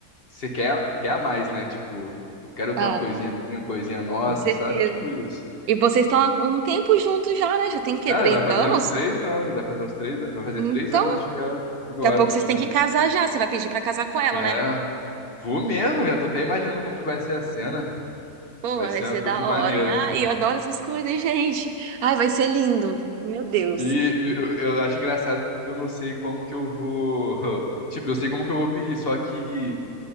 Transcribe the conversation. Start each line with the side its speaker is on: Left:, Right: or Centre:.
Left: você quer quer a mais, né? Tipo, eu quero ter
Right: Ah,
Left: uma coisinha minha, uma coisinha nossa,
Right: com certeza.
Left: sabe? Tipo isso.
Right: E vocês estão há um tempo juntos já, né? Já tem o quê?
Left: Cara,
Right: Três
Left: vai fazer
Right: anos?
Left: uns três anos, vai fazer uns três, vai fazer
Right: Então,
Left: três anos, acho que é agora,
Right: daqui a pouco
Left: praticamente.
Right: vocês têm que casar já. Você vai pedir pra casar com ela,
Left: É,
Right: né?
Left: vou mesmo, já tô até imaginando como que vai ser a cena.
Right: Pô,
Left: Vai
Right: vai
Left: ser
Right: ser
Left: uma coisa
Right: da
Left: maneira.
Right: hora, hein? Ai, eu adoro essas coisas, gente. Ai, vai ser lindo. Meu Deus.
Left: E eu, eu acho engraçado porque eu não sei como que eu vou. <laughs> Tipo, eu sei como que eu vou pedir, só que